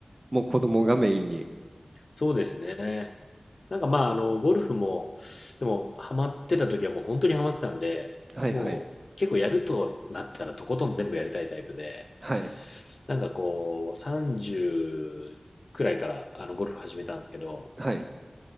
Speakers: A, on the right (about 40°); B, on the left (about 65°).
A: もう子供がメインに。
B: そうですね。なんかまあ、あの、ゴルフも、でも、ハマってた時はもう本当にハマってたんで、
A: はいはい。
B: もう結構やるとなったらとことん全部やりたいタイプで、
A: はい。
B: なんかこう、30くらいからあのゴルフ始めたんですけど、
A: はい。